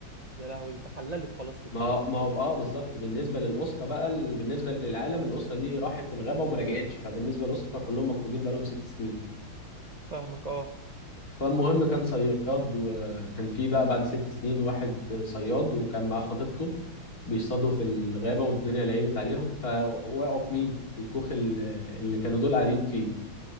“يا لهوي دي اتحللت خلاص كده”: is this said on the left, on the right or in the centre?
Right